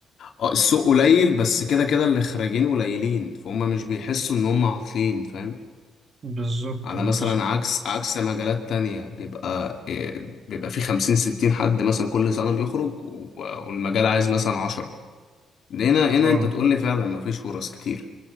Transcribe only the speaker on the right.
بالظبط
اه
بالظبط
اه